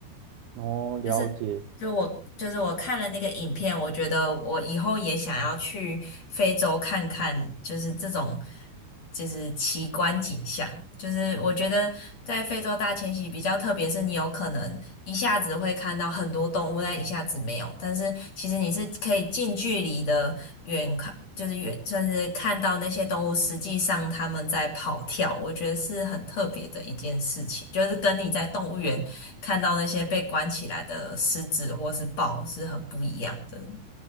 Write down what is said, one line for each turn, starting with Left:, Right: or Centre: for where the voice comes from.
Right: 然了解。
Left: 就是就我就是我看了那个影片，我觉得我以后也想要去非洲看看，就是这种就是奇观景象。就是我觉得在非洲大迁徙比较特别，是你有可能一下子会看到很多动物，但一下子没有。但是其实你是可以近距离的远看。就是远，就是看到那些动物实际上它们在跑跳，我觉得是很特别的一件事情，就是跟你在动物园看到那些被关起来的狮子或是豹是很不一样的。